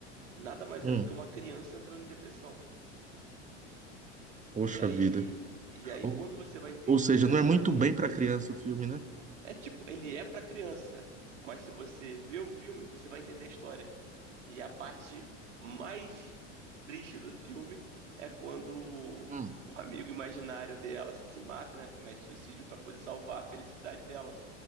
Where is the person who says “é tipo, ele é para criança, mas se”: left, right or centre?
Right